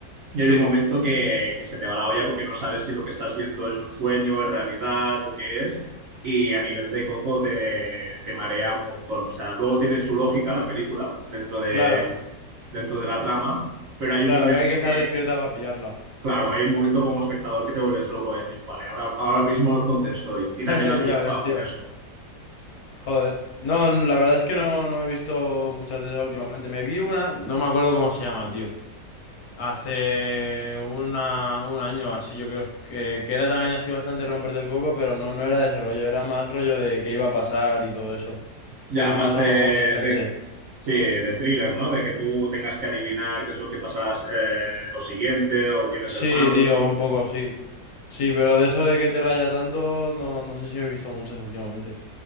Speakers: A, on the right; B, on the left.
A: y
B: sí,
A: hay un momento que, que se te va la olla porque no sabes si lo que estás viendo es un sueño, es realidad o qué es. Y a nivel de coco te, te marea un montón. O sea, luego tiene su lógica la película dentro de,
B: claro.
A: dentro de la trama pero hay
B: Claro,
A: un momento
B: que hay que estar
A: que,
B: despierta para pillarla.
A: Claro, hay un momento como espectador que te vuelves loco de decir, vale, ahora, ahora mismo dónde estoy. Y
B: <laughs>
A: también la película
B: Ya ves, tío.
A: por eso.
B: Joder. No, n- la verdad es que no, no me he visto muchas de esas últimamente. Me vi una, no me acuerdo cómo se llama, tío. Hace una, un año o así, yo creo. Que, que era también así bastante romperte el coco, pero no, no era de ese rollo. Era más rollo de qué iba a pasar y todo eso.
A: Ya,
B: Un poco
A: más
B: más a
A: de,
B: lo mejor suspense.
A: de- sí, de thriller, ¿no? De que tú tengas que adivinar qué es lo que pasará eh, lo siguiente o quién
B: Sí,
A: es el malo,
B: tío,
A: ¿no?
B: un poco, sí. Sí, pero de eso de que te raya tanto, no, no sé si me he visto muchas últimamente.